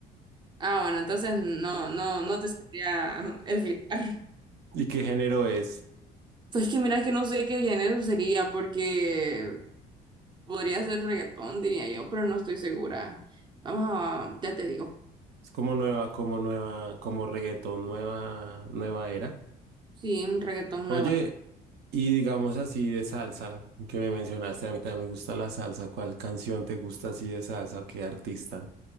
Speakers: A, on the right; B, on the right.
A: Ah, bueno, entonces no, no, no te sabría <laughs> explicar.
B: ¿Y qué género es?
A: Pues que mira que no sé qué género sería, porque podría ser reggaetón, diría yo, pero no estoy segura. Vamos a, ya te digo.
B: Es como nueva, como nueva, como reggaetón, nueva, nueva era.
A: Sí, un reggaetón
B: Oye,
A: nueva.
B: y digamos así de salsa, que me mencionaste, a mí también me gusta la salsa. ¿Cuál canción te gusta así de salsa o qué artista?